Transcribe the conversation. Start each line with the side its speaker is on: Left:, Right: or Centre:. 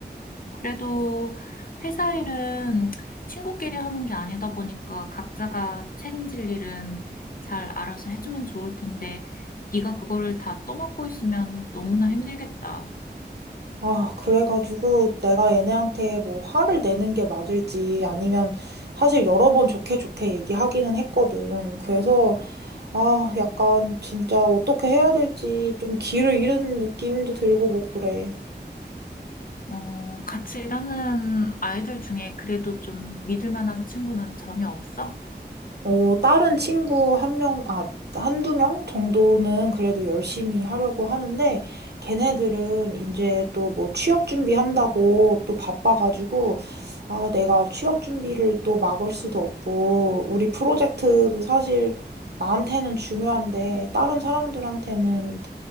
Left: 그래도 회사 일은 친구끼리 하는 게 아니다 보니까 각자가 책임질 일은 잘 알아서 해주면 좋을 텐데, 네가 그거를 다 떠맡고 있으면 너무나 힘들겠다.
Right: 아, 그래가지고 내가 얘네한테 뭐 화를 내는 게 맞을지 아니면 사실 여러 번 좋게 좋게 얘기하기는 했거든. 그래서 아, 약간 진짜 어떻게 해야 될지 좀 길을 잃은 느낌도 들고 뭐 그래.
Left: 어, 같이 일하는 아이들 중에 그래도 좀 믿을 만한 친구는 전혀 없어?
Right: 어, 다른 친구 한 명, 아, 한두 명 정도는 그래도 열심히 하려고 하는데, 걔네들은 이제 또 뭐 취업 준비한다고 또 바빠가지고, 아, 내가 취업 준비를 또 막을 수도 없고, 우리 프로젝트도 사실 나한테는 중요한데, 다른 사람들한테는